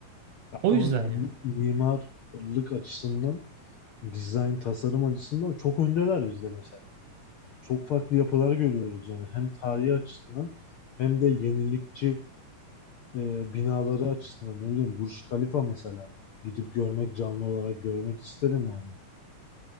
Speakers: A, on the left; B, on the right.
A: Ya
B: O
A: o
B: yüzden
A: ya mi-
B: yani.
A: mimarlık açısından, dizayn tasarım açısından çok öndeler bizde mesela. Çok farklı yapılar görüyoruz yani hem tarihi açısından hem de yenilikçi e, binaları açısından ne bileyim Burj Khalifa mesela gidip görmek canlı olarak görmek isterim yani.